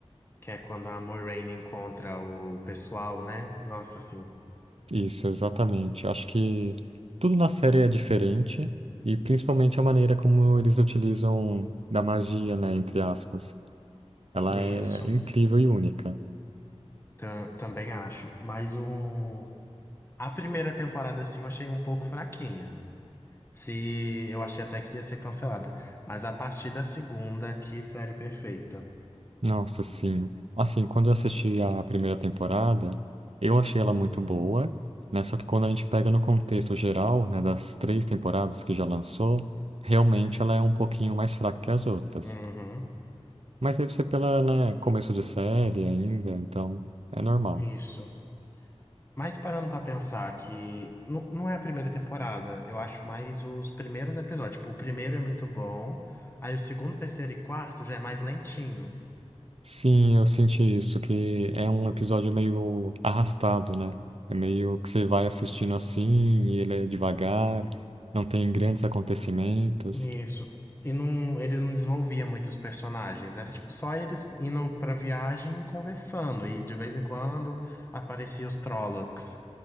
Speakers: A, on the left; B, on the right.
A: Que é quando a Moiraine encontra o pessoal, né? Nossa, assim,
B: Isso, exatamente. Acho que tudo na série é diferente e principalmente a maneira como eles utilizam da magia, né, entre aspas. Ela
A: nisso,
B: é incrível e única.
A: tam- também acho. Mas o... a primeira temporada, assim, eu achei um pouco fraquinha. Se eu achei até que ia ser cancelada. Mas a partir da segunda, que série perfeita.
B: Nossa, sim. Assim, quando eu assisti a primeira temporada, eu achei ela muito boa, né? Só que quando a gente pega no contexto geral, né, das três temporadas que já lançou, realmente ela é um pouquinho mais fraca que as outras.
A: Uhum,
B: Mas deve ser pela, né, começo de série ainda, então é normal.
A: isso. Mas parando pra pensar que nu- não é a primeira temporada, eu acho mais os primeiros episódios. Tipo, o primeiro é muito bom, aí o segundo, terceiro e quarto já é mais lentinho.
B: Sim, eu senti isso, que é um episódio meio arrastado, né? É meio que você vai assistindo assim, e ele é devagar, não tem grandes acontecimentos.
A: Isso. E não, eles não desenvolviam muitos personagens. Era tipo só eles indo pra viagem e conversando. E de vez em quando apareciam os Trollocs.